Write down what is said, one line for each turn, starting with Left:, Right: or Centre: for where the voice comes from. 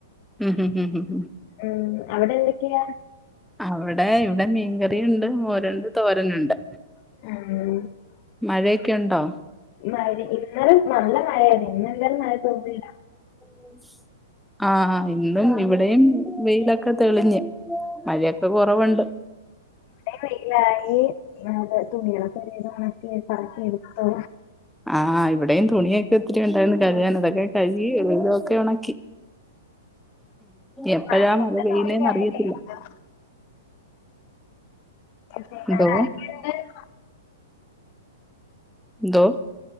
Centre: ഉം ഉം ഉം ഉം
Left: ഉം അവിടെ എന്തെക്കെയാ?
Centre: അവടെ ഇവിടെ മീൻകറിയുണ്ട്, മോരുണ്ട്, തോരനുണ്ട്
Left: ഉം
Centre: മഴയെക്കെ ഉണ്ടോ?
Left: മഴ ഇന്നലെ നല്ല മഴേനി, ഇന്നെന്തായാലും മഴ തോർന്ന്ല്ല
Centre: <unintelligible> ആഹ് ഇന്നും ഇവിടെയും വെയിലൊക്കെ തെളിഞ്ഞ്, മഴയൊക്കെ കൊറവുണ്ട്
Left: അവിടെ വെയിലായി തുണികളൊക്കെ ഒരേ സമയത്ത് പറ്ക്കി എടുത്തൂ
Centre: ആഹ് ഇവിടെയും തുണിയൊക്കെ ഒത്തിരി ഉണ്ടായിരുന്നു കഴുകാൻ അതൊക്കെ കഴുകി വെലൊക്കെ ഒണക്കി എപ്പഴാ
Left: മഴയത്ത്
Centre: മഴ പെയ്യ്ണെ
Left: തുണി
Centre: ന്നറിയത്തില്ല
Left: കഴുകി എടുത്തു പിന്നെ
Centre: ന്തോ
Left: അവിടെ ആരൊക്കെയുണ്ട്
Centre: ന്തോ